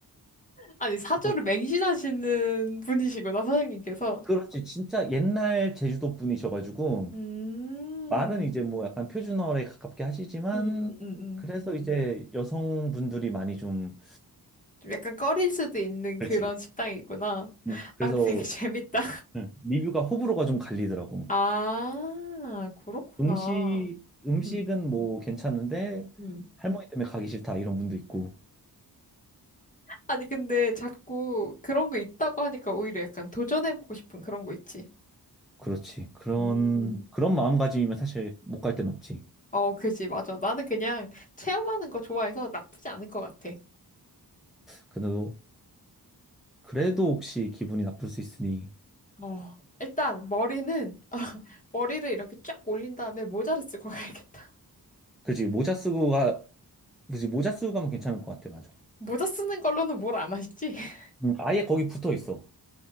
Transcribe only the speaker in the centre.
뭐 그-
그렇지 진짜 옛날 제주도 분이셔가지고
말은 이제 뭐 약간 표준어에 가깝게 하시지만
그래서 이제 여성분들이 많이 좀
그렇지.
음, 그래서
음, 리뷰가 호불호가 좀 갈리더라고.
음식 음식은
뭐 괜찮은데
할머니 때문에 가기 싫다 이런 분도 있고.
그렇지. 그런
그런 마음가짐이면 사실 못 갈 데는 없지.
그래도 그래도 혹시 기분이 나쁠 수 있으니
그지 모자 쓰고 가 그지 모자 쓰고 가면 괜찮을 것 같아. 맞아.
음, 아예 거기 붙어 있어.